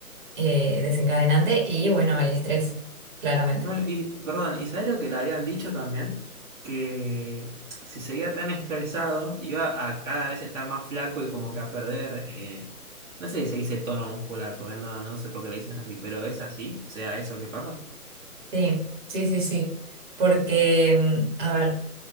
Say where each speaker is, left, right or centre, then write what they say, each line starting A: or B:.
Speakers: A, on the right; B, on the right.
A: eh, desencadenante y bueno, el estrés, claramente.
B: Bueno, y perdón, ¿y sabés lo que le habían dicho también? Que si seguía tan estresado, iba a cada vez estar más flaco y como que a perder, eh, no sé si se dice tono muscular, porque no, no sé por qué le dicen así, pero es así, o sea, eso que pasa.
A: Sí, sí, sí, sí. Porque, mm, a ver,